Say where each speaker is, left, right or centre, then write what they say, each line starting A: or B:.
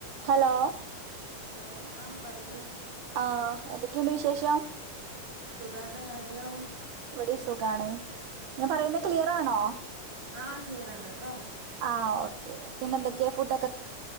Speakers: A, on the right (about 80°); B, on the right (about 45°).
A: Hello
B: hello ആ പറയൂ
A: ആ എന്തൊക്കെയുണ്ട് വിശേഷം
B: സുഖാണ് അവിടെയോ
A: ഇവിടെയും സുഖാണ് ഞാൻ പറയുന്നത് ക്ലിയർ ആണോ
B: ആഹ് ക്ലിയർ ആണ് കേട്ടോ
A: ആ ഓക്കെ പിന്നെന്തൊക്കെയാ ഫുഡ്